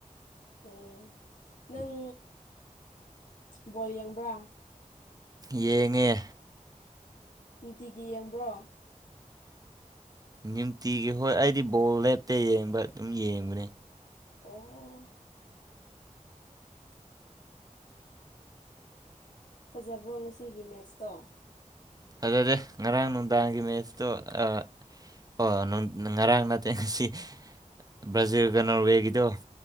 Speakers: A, on the left; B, on the right.
A: ꯎꯝ ꯅꯪ ꯕꯣꯜ ꯌꯦꯡꯕ꯭ꯔꯥ꯫
B: ꯌꯦꯡꯉꯦ꯫
A: ꯅꯨꯡꯇꯤꯒꯤ ꯌꯦꯡꯕ꯭ꯔꯣ꯫
B: ꯅꯨꯡꯇꯤꯒꯤ ꯍꯣꯏ ꯑꯩꯗꯤ ꯕꯣꯜ ꯂꯦꯞꯇ ꯌꯦꯡꯕ ꯑꯗꯨꯝ ꯌꯦꯡꯕꯅꯦ꯫
A: ꯑꯣ꯫ ꯐꯖꯕ꯭ꯔꯣ ꯉꯁꯤꯒꯤ ꯃꯦꯠꯁꯇꯣ꯫
B: ꯐꯖꯗꯦ ꯉꯔꯥꯡ ꯅꯨꯡꯗꯥꯡꯒꯤ ꯃꯦꯠꯁꯇꯣ ꯑ ꯑꯣ ꯉꯔꯥꯡ ꯅꯠꯇꯦ ꯉꯁꯤ ꯕ꯭ꯔꯥꯖꯤꯜꯒ ꯅꯣꯔꯋꯦꯒꯤꯗꯣ꯫